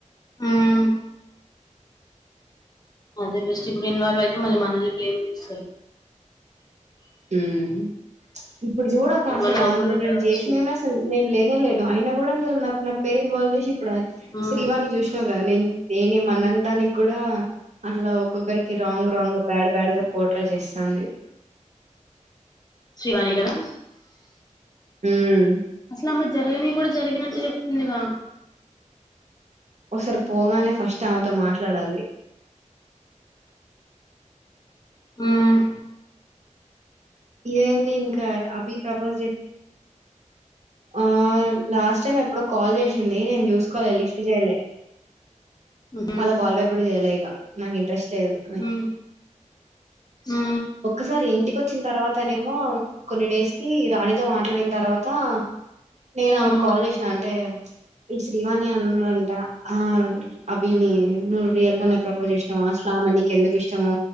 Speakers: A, on the left; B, on the right.
A: మ్మ్ అదే బెస్ట్ ఇప్పుడు ఇన్వాల్వ్ అయితే మళ్ళీ మనల్ని బ్లేమ్ చేస్తారు
B: ఉమ్ ఇప్పుడు చూడక
A: ఇన్వాల్వ్
B: అసలు
A: అవ్వకుండా
B: అందులో
A: ఉండడం
B: నేను చేసినై
A: బెస్ట్
B: కూడా అసలు నేను లేనే లేను అయినా కూడా అందు నా నా పేరే ఇన్వాల్ చేసి ఇప్పుడు
A: మ్మ్
B: శ్రీవాణి చూసినావు కదా నేను నేనేం అనని దానికి కూడా అట్లా ఒక్కొక్కరికి రాంగ్ రాంగ్ బ్యాడ్ బ్యాడ్ గా పోట్రే చేస్తాంది
A: శ్రీవాణి గదా
B: ఉమ్
A: అసలు ఆమె జరగనయి కూడా జరిగినట్లు చెప్తుందిగా.
B: ఒసారి పోగానే ఫస్ట్ ఆమే తో మాట్ ట్లాడాలి.
A: ఉమ్
B: ఇదేంది ఇంకా అభి ప్రపోజ్ చే ఆ లాస్ట్ స్ట్ టైం ఎప్పుడో కాల్ చేశింది నేను చూస్ కోలే లిఫ్ట్ చేయలే
A: ఉహు
B: మళ కాల్బ్యాక్ కూడా చేయలే ఇగా. నాగెం ఇంట్రెస్ట్ లేదు అని.
A: ఉ ఉ
B: ఒక్కసారి ఇంటికోచ్చిన తర్వాత్ కొన్ని డేస్ కీ రాణితో మాట్లాడిన్ తర్వాతా, నేను ఆమెకు
A: ఉ
B: కాల్ చేశినా, అంటే ఈ శ్రీవాణి అన్ అంట. ఆ ర అభినీ నువ్ రియల్ గానే ప్రపోజ్ చేసినావా అస్లా ఆమెని. ఎందుకు ఇష్టమూ.